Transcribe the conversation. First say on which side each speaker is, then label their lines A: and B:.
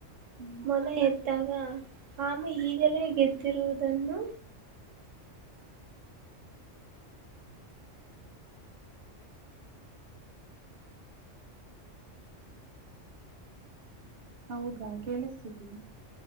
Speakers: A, on the right; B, on the right.
A: ಹ್ಮ್
B: ಮೊಲ ಎದ್ದಾಗ. ನಮ್ಮ ಈಗಲೇ ಗೆದ್ದಿರುವುದನ್ನು.
A: ಹೌದಾ ಕೇಳಿಸ್ತೀವಿ